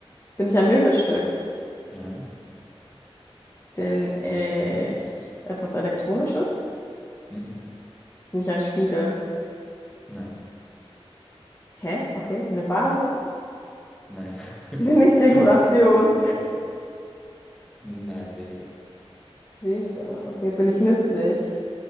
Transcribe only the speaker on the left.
bin ich ein Möbelstück?
Bin ich etwas Elektronisches?
Bin ich ein Spiegel?
Hä? Okay, eine Vase?
<laughs>
Bin ich Dekoration?
<laughs> Weniger. Okay, bin ich nützlich?